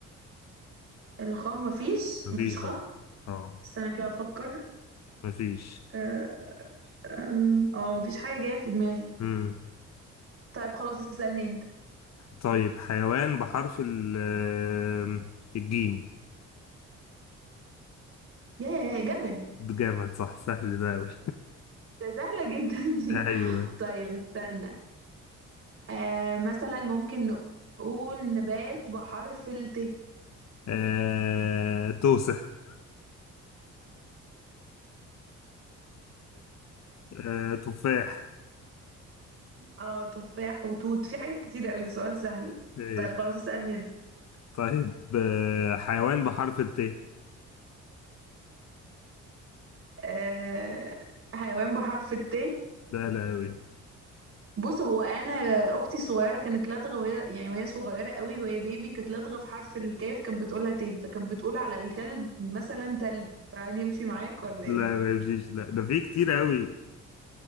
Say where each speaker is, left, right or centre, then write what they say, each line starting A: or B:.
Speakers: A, on the right (about 45°); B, on the left (about 60°).
A: الخاه مفيش
B: مفيش
A: مفيش
B: برضه
A: خاه
B: اه
A: استنى كده افكر
B: مفيش
A: آه، أم، اه مفيش حاجة جاية في دماغي
B: مم.
A: طيب خلاص اسألني انت
B: طيب حيوان بحرف ال آم، الجيم
A: ياه جمل
B: ده جامد صح سهل ده أوي
A: ده سهلة جدا دي
B: <laughs>
A: <laughs>
B: أيوه
A: طيب استنى آه مثلا ممكن نقول نبات بحرف الت
B: آه... توسة <laughs> آه... تفاح
A: اه تفاح وتوت في حاجات كتير قوي سؤال سهل
B: ماشي.
A: طيب خلاص اسألني انت
B: طيب آه... حيوان بحرف الت
A: آه حيوان بحرف الت
B: سهلة أوي
A: بص هو انا اختي الصغيره كانت لدغه وهي يعني وهي صغيره قوي وهي بيبي كانت لدغه في حرف الكاف كانت بتقولها ت فكانت بتقول على الكلب مثلا تلب فهل يمشي معاك ولا
B: لا
A: ايه
B: ما يمشيش لا ده في كتير أوي